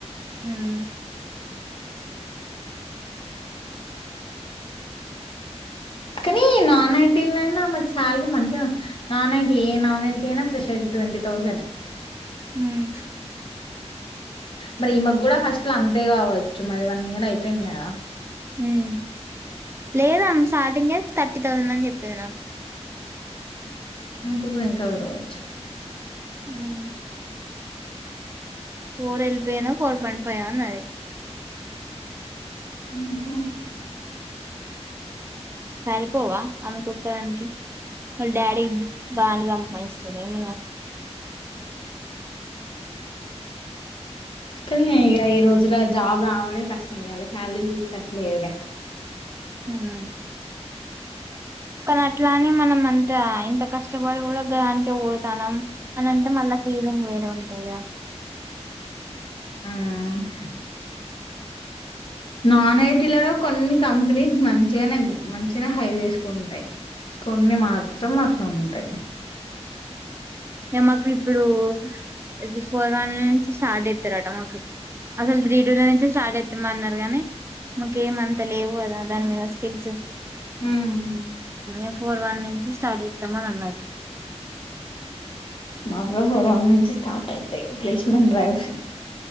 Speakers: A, on the right; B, on the left.
A: ఉమ్
B: కానీ నాన్ ఐటీల అయినా మాకి శాలరీ మంచిగా, నాన్ ఐటీ ఏ నాన్ ఐటీ అయినా ఫ్రెష్ ట్వంటీ థౌసేన్ హె
A: మ్
B: మరి ఈ మగ్ కూడా ఫస్ట్లు అం అంతే కావచ్చు మరి వన్ ఇయర్ అయిపోయింది కదా
A: మ్ లేదామ్ స్టార్టింగే థర్టీ థౌసండ్ అని చెప్పింది నాకు
B: అయితే ఇప్పుడు ఎంకా వేరువచ్చు
A: ఉ పో రెల్వేనా కాల్ పంపోయా నాయి
B: మ్ హు
A: సారిపోవా అమెకు ఒక్కధాని కి వల్లా డాడీ బానే సంపాదిస్తాడు ఎం
B: కానీ ఇ ఈ రోజులా జా రావడమే కష్టమే గా సాలరి <unintelligible> లేవులే
A: మ్ హు కాన అట్లానే మనం అం ఇ ఇంత కష్టపడి కూడా దానికే పోతానం, అని అంటే మళ్ళా ఫీలింగ్ వేరే ఉంటాయి కద
B: మ్ నాన్ ఐటీలలో కొన్ని కంపెనీ మంచిగానే మ చిన హై వేసుకుంటాయి కొన్ని మాత్రం అట అంతే
A: ఉ మాకు ఇప్పుడుి ఫోర్ వన్ నుంచి స్టార్ట్ చేస్తారట మాకు అసలు త్రీ టూల నుంచి స్టార్ట్ చేస్తామ అన్నారు గానీ మాకు ఏమంత లేవు కదా దాని మీద స్కిల్స్.
B: ఉమ్.
A: ఎ ప్ ఫోర్ వన్ నుంచి స్టార్ట్ చేస్తామని అన్నారు.
B: మల ఫోర్ వన్ నుంచి స్టార్ట్ అయితే ప్లేస్మెం ్రైవ్